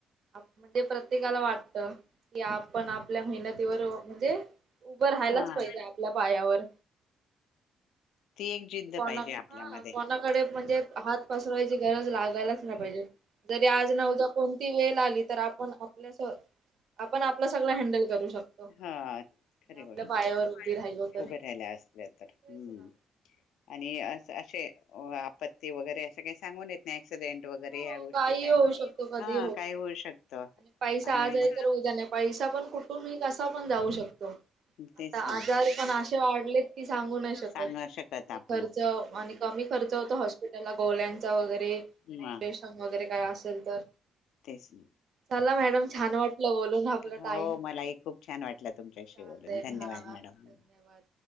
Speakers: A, on the right; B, on the left.
A: अस म्हणजे प्रत्येकाल वाटतं की आपण आपल्या मेहनतीवर म्हणजे उभं राहायलाच
B: हा
A: पाहिजे आपल्या पायावर
B: ती एक जिद्द
A: कोणा
B: पाहिजे आपल्यामध्ये
A: हा कोणाकडे म्हणजे हात पसरवायची गरज लागायलाच नाही पाहिजे जरी आज ना उद्या कोणती वेळ आली तर आपण आपल्यास आपण आपलं सगळ हँडल करू शकतो
B: हा
A: म्हणजे
B: खरी
A: आपल्या
B: गोष्ट
A: पायावर
B: आहे
A: उभी राहिलो तर
B: उभे राहिला असले तर
A: तेच
B: हम्म
A: ना
B: आणि अस असे आपत्ती वगैरे असं काही सांगून येत नाही एक्सीडेंट वगैरे
A: हो
B: या गोष्टी काही
A: होऊ शकतो कधी
B: हा
A: शकतो.
B: काही होऊ शकत आणि
A: पैसा आज आहे
B: म
A: तर उद्या नाही पैसा पण कुठूनही कसा पण जाऊ शकतो आता
B: तेच ना
A: आजार पण असे थांबवू नाही शकत
B: सांग शकत आपण
A: हमखर्च आणि कमी खर्च होत हॉस्पिटलला गोळ्यांचा व
B: हम्
A: श वगैरे काय असेल तर
B: तेच ना
A: चला मॅड म छान वाटलं बोलून आपलं
B: हो
A: टाईम
B: मलाही खूप छान वाटलं तुमच्याशी
A: चालेल
B: बोलून धन्यवाद
A: हा
B: मॅडम
A: धन्यवाद